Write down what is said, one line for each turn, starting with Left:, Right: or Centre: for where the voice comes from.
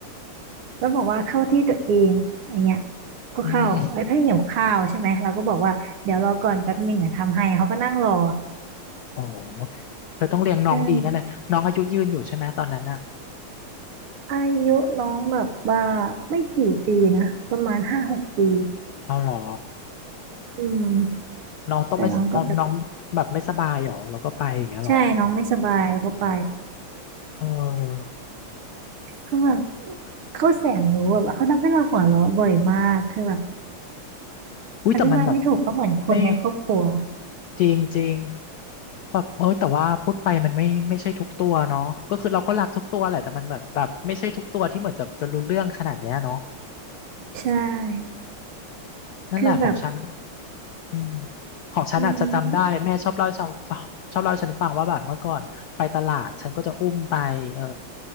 Right: แล้วบอกว่าเข้าที่ตัวเองอย่างเงี้ยก็เข้าไอ้ยถ้าเพิ่งวข้าวใช่ไหมเราก็บอกว่าเดี๋ยวรอก่อนแป๊บหนึ่งอ่ะทำให้เขาก็นั่งรอ
Left: อืมโอ้เธอต้องเลี้ยงน้องดีนั่นเลยน้องอายุยืนอยู่ใช่ไหมตอนนั้นอ่ะ
Right: เอออายุน้องแบบว่าไม่กี่ปีนะประมาณห้าหกปี
Left: เอาเหรอ
Right: อืม
Left: น้องต้องไม่สน้องน้องแบบไม่สบายหรอแล้วก็ไปอย่างเงี้ยหรอ
Right: แต่น้องก็แบบใช่น้องไม่สบายแล้วก็ไป
Left: เออ
Right: คือแบบเขาแสนรู้แบบเขาทำให้เราหัวเราะบ่อยมากคือแบบ
Left: อุ้ยแต่มันแบบ
Right: อธิบายไม่ถูกเขาเหมือนคนในครอบครัว
Left: ไม่จริงจริงแบบเออแต่ว่าพูดไปมันไม่ไม่ใช่ทุกตัวเนาะก็คือเราก็รักทุกตัวแหละแต่มันแบบแบบไม่ใช่ทุกตัวที่เหมือนจะจะรู้เรื่องขนาดเนี้ยเนาะ
Right: ใช่
Left: นั่นแหละของฉัน
Right: คือแบบ
Left: อืมของฉันอาจจะจำได้แม่ชอบเล่าให้ฉันฟัง
Right: อืม
Left: <laughs> ชอบเล่าให้ฉันฟังว่าแบบเมื่อก่อนไปตลาดฉันก็จะอุ้มไปเออ